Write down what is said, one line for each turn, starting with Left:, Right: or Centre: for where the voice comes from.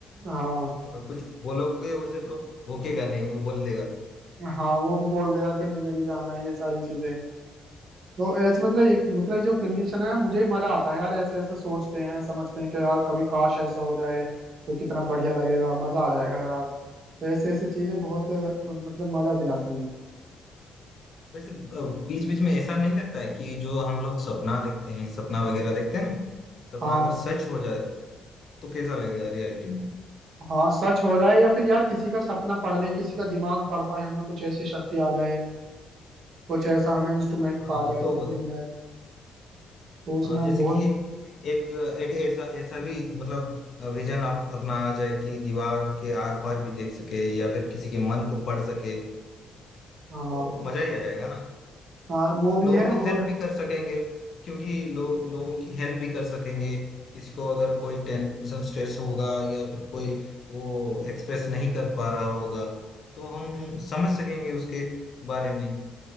Right: हाँ
Left: और कुछ बोलोगे उसे तो भोकेगा नहीं वो बोल देगा
Right: हाँ वो भी बोल देगा कि मुझे भी जाना है ये सारी चीजें तो ऐसे मतलब मतलब जो कंडीशन है मुझे ही मजा आता है यार ऐसे ऐसे सोचते हैं समझते हैं कि यार कभी काश ऐसा हो जाए तो कितना बढ़िया लगेगा मजा आ जाएगा यार तो ऐसे ऐसे चीजें बहुत मतलब मजा दिलाती हैं
Left: वैसे बीच बीच में ऐसा नहीं लगता है कि जो हम लोग सपना देखते हैं सपना वगैरह देखते हैं ना सपना
Right: हाँ
Left: अगर सच हो जाए तो कैसा लगेगा रियलिटी में
Right: हाँ सच हो जाए या फिर यार किसी का सपना पढ़ लें किसी का दिमाग पढ़ पाए हमें कुछ ऐसी शक्ति आ जाए कुछ ऐसा हमें इंस्ट्रूमेंट
Left: हाँ
Right: पा
Left: ये
Right: जाए
Left: तो
Right: मिल जाए तो उसमें
Left: हाँ जैसे
Right: बहुत
Left: कि एक एक ऐसा ऐसा भी मतलब विजन अप, अपनाया जाए कि दीवार के आर पार भी देख सके या फिर किसी के मन को पढ़ सके
Right: हाँ
Left: तो मजा ही आ जाएगा ना
Right: हाँ वो भी
Left: लोगों
Right: है
Left: की
Right: और
Left: हेल्प भी कर सकेंगे क्योंकि लो, लोगों की हेल्प भी कर सकेंगे किसी को अगर कोई टेंशन स्ट्रेस होगा या फिर कोई वो एक्सप्रेस नहीं कर पा रहा होगा तो हम समझ सकेंगे उसके बारे में